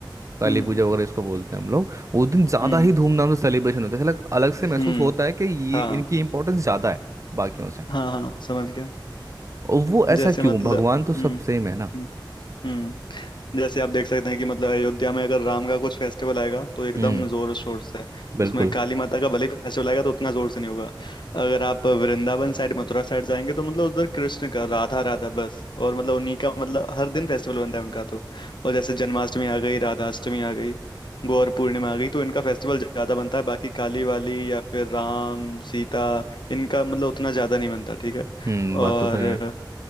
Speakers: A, on the right (about 40°); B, on the left (about 70°).
A: काली
B: हम्म
A: पूजा वगैरह इसको बोलते हैं हम लोग उस दिन ज़्यादा
B: हम्म
A: ही धूमधाम से सेलिब्रेशन होता है ऐसा लग- अलग से
B: हम्म
A: महसूस होता है कि ये
B: हाँ
A: इनकी इंपॉर्टेंस ज़्यादा है बाकियों से
B: हाँ हाँ समझ गया
A: और वो ऐसा
B: जैसे
A: क्यों
B: मतलब
A: भगवान तो सब
B: हम्म
A: सेम है ना
B: हम्म हम्म, जैसे आप देख सकते हैं कि मतलब अयोध्या में अगर राम का कुछ फेस्टिवल आएगा तो एकदम
A: हम्म
B: जोर शोर से
A: बिल्कुल
B: उसमें काली माता का भले ही फेस्टिवल आएगा तो उतना जोर से नहीं होगा अगर आप वृंदावन साइड मथुरा साइड जाएंगे तो मतलब उधर कृष्ण का राधा राधा बस और मतलब उन्हीं का मतलब हर दिन फेस्टिवल बनता है उनका तो और जैसे जन्माष्टमी आ गई राधाष्टमी आ गई गौर पूर्णिमा आ गई तो इनका फेस्टिवल ज्यादा बनता है बाकी काली वाली या फिर राम सीता इनका मतलब उतना ज्यादा नहीं बनता ठीक है
A: हम्म बात
B: और
A: तो सही है